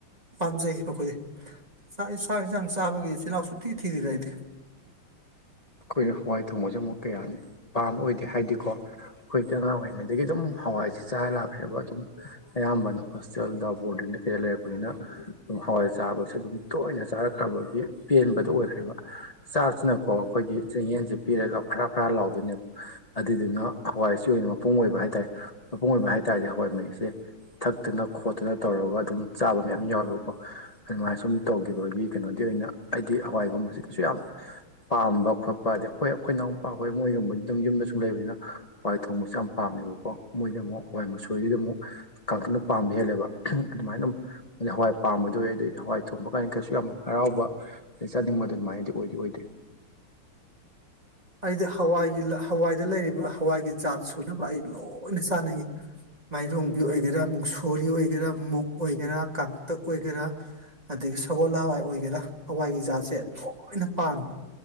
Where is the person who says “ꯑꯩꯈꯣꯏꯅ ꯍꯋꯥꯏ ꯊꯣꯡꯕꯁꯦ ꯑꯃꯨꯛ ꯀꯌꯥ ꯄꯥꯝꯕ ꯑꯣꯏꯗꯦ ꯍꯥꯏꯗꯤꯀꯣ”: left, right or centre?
Left